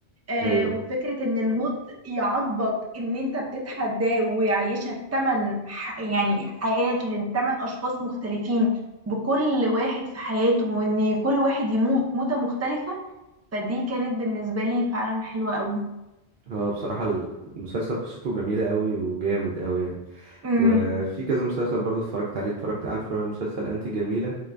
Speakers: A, on the right; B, on the right.
A: آه
B: ايوه
A: وفكرة إن الموت يعاقبك إن أنت بتتحداه ويعيشك تمن ح- يعني حياة لتمن أشخاص مختلفين بكل واحد في حياته وإن كل واحد يموت موتة مختلفة فدي كانت بالنسبة لي فعلا حلوة أوي
B: هو بصراحة المسلسل قصته جميلة قوي وجامد قوي يعني
A: امم
B: وفي كذا مسلسل برضه اتفرجت عليه اتفرجت عارفة مسلسل انتي جميلة